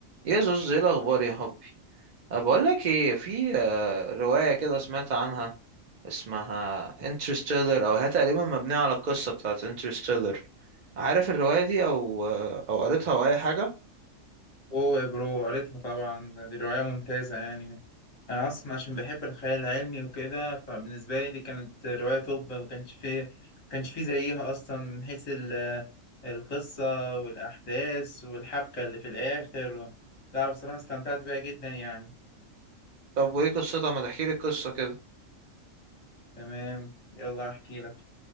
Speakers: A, on the right; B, on the left.
A: يا زوز ايه الاخبار يا حبي أه، بقول لك ايه في آه، روايه كده سمعت عنها اسمها انترستيلر او هي تقريبا مبنيه على القصه بتاعت انترستيلر عارف الروايه دي او آه، او قريتها او اي حاجه
B: اوه يا برو قريتها طبعا دي رواية ممتازة يعني انا اصلا عشان بحب الخيال العلمي وكده فبالنسبة لي دي كانت رواية توب ما كانش فيه ما كانش فيه زيها اصلا من حيث ال- القصة والاحداث والحبكة اللي في الاخر و... لا بصراحة استمتعت بيها جدا يعني
A: طب وايه قصتها ما تحكي لي القصه كده
B: تمام يلا احكي لك